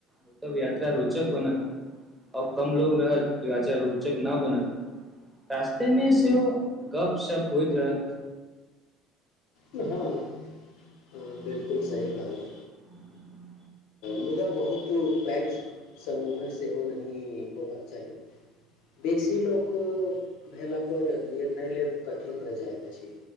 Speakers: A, in the centre; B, on the left.
A: ओतब यात्रा रोचक बनत आओ कम लोकोग रहत तऽ यात्रा रोचक नहि बनत रास्तेमे सेहो गपशप होइत रहत
B: हँ हँ बिलकुल सही कहल
A: <inaudible>
B: मुदा बहुत पैघ समूहे सेहो नहि होबाक चाही बेसी लोक भेला पर निर्णय लेब कठिन भहि जाइत अछि